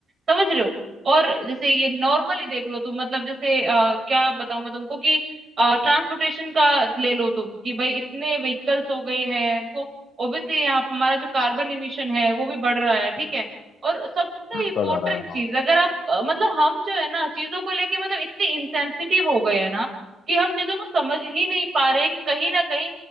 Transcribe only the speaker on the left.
बढ़ता
जा रहा है
हाँ